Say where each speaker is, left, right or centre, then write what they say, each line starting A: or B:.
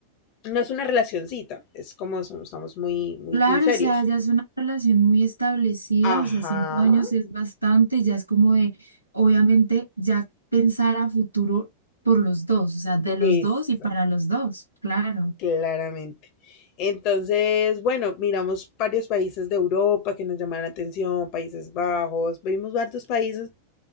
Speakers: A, on the left; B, on the left.
A: no es una relacioncita, es como somos, estamos muy, muy,
B: Claro,
A: muy serios.
B: o sea, ya es una relación muy establecida,
A: Ajá.
B: o sea, cinco años es bastante, ya es como de, obviamente, ya pensar a futuro por los dos, o sea, de los
A: exacto,
B: dos y para los dos, claro.
A: claramente. Entonces, bueno, miramos varios países de Europa que nos llamaron la atención, Países Bajos, vimos varios países,